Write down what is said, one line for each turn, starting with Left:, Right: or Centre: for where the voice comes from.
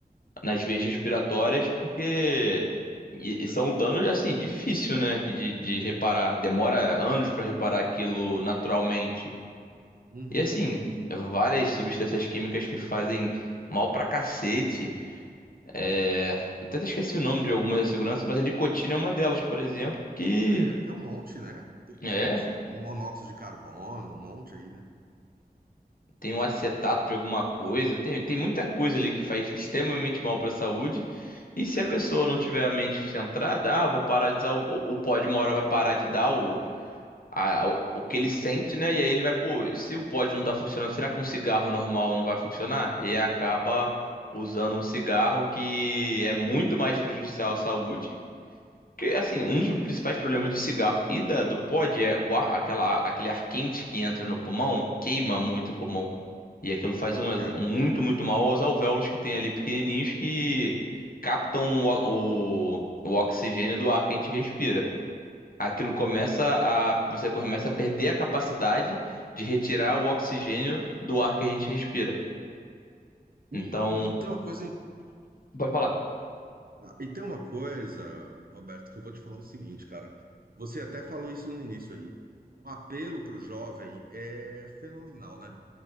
Left: nas veias respiratórias, porque e- e
Right: perfeito.
Left: são danos assim difícil, né, de, de reparar. Demora anos para reparar aquilo naturalmente.
Right: Uhum.
Left: E assim, várias substâncias químicas que fazem mal pra cacete. É... eu Até esqueci o nome de algumas da segurança, mas a nicotina é uma delas, por exemplo, que
Right: É, tem um monte, né? Tem
Left: é.
Right: um monte. Monóxido de carbono, um monte aí, né?
Left: tem um acetato de alguma coisa, tem, tem muita coisa ali que faz extremamente mal para a saúde. E se
Right: É,
Left: a pessoa não tiver a mente centrada, ah, vou parar de usar o, o o pódio, uma hora vai parar de dar o, a- o, o que ele sente, né? E aí ele vai, pô, se o pódio não tá funcionando, será que um cigarro normal não vai funcionar? E acaba usando um cigarro que é muito mais prejudicial à saúde. Porque, assim, um dos principais problemas do cigarro e da, do pod é o ar- aquela, aquele ar quente que entra no pulmão, queima muito o pulmão. E aquilo faz um ex-
Right: é.
Left: muito, muito mal aos alvéolos que tem ali pequenininhos que captam o, o, o oxigênio do ar que a gente respira. Aquilo começa
Right: é.
Left: a, você começa a perder a capacidade de retirar o oxigênio do ar que a gente respira.
Right: E,
Left: Então,
Right: e, e tem uma coisa,
Left: pode falar.
Right: e tem uma coisa, Roberto, que eu vou te falar o seguinte, cara. Você até falou isso no início aí. O apelo para o jovem é fenomenal, né?